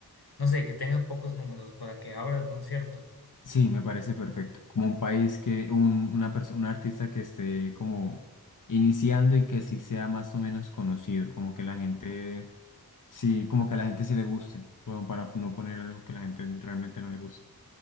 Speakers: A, on the left; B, on the left.
A: No sé, que tenga pocos números para que abra el concierto.
B: Sí, me parece perfecto. Como un país que, un, una persona, un artista que esté como iniciando y que sí sea más o menos conocido, como que la gente, sí, como que a la gente sí le guste, como para no poner algo que la gente realmente no le gusta